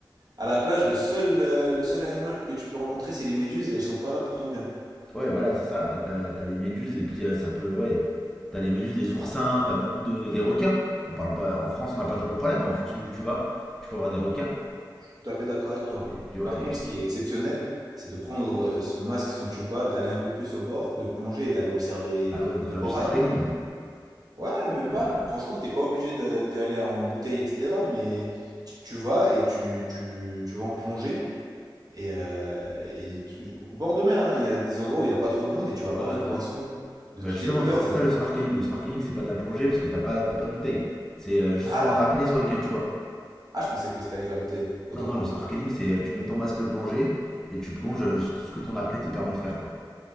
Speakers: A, on the right; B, in the centre.
A: À la plage, le seul, euh, le seul animal que tu peux rencontrer, c'est les méduses et elles sont pas là pour ton bien.
B: Ouais, voilà, c'est ça. Et t'as, t'as les méduses, et puis euh, ça peut. Ouais, t'as les méduses, les oursins, t'as beaucoup de. Les requins. On parle pas. En France,
A: Je
B: on n'a pas trop le problème, mais en fonction d'où tu vas, tu peux avoir des requins.
A: suis Tout à fait d'accord avec toi.
B: Et puis, ouais,
A: Par contre,
B: et puis.
A: ce qui est exceptionnel, c'est de prendre euh, son masque, son tuba, d'aller un peu plus au bord, de plonger et d'aller observer
B: Ah ouais, de
A: le
B: faire
A: corail.
B: du snorkeling.
A: Ouais, même pas.
B: Ouais, ouais,
A: Franchement, t'es pas obligé de- d'y aller en bouteille, etc. Mais tu, tu vas et tu, tu, tu vas en plongée. Et, euh, et tu- au bord de mer, hein, il y a des endroits où il n'y a pas trop de monde et tu vas
B: ouais.
A: voir
B: ouais.
A: les poissons de
B: Bah
A: toutes
B: justement,
A: les couleurs.
B: c'est c'est ça
A: On-
B: le snorkeling. Le snorkeling, c'est pas de la plongée parce que t'as pas, t'as pas de bouteille. C'est euh, juste
A: Ah,
B: soit en apnée, soit avec un tuba.
A: ah, je pensais que c'était avec la bouteille. Autant
B: Non, non,
A: pour
B: le
A: moi.
B: snorkeling, c'est euh, tu mets ton masque de plongée et tu plonges euh, tout ce que ton apnée te permet de faire, quoi.